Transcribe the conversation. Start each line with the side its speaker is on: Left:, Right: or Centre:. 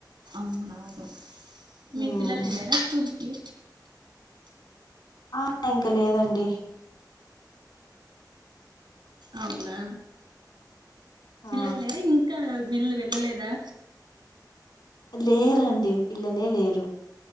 Right: అవునవును మీ
Left: ఉమ్.
Right: పిల్లలు ఎల్లారా స్కూల్కి
Left: ఆ ఇంక లేదండి
Right: అవునా
Left: ఆ
Right: పిల్లళ్ళేర ఇంకా ఇళ్ళు వేళ్ళలేదా
Left: లేరండి పిల్లలే లేరు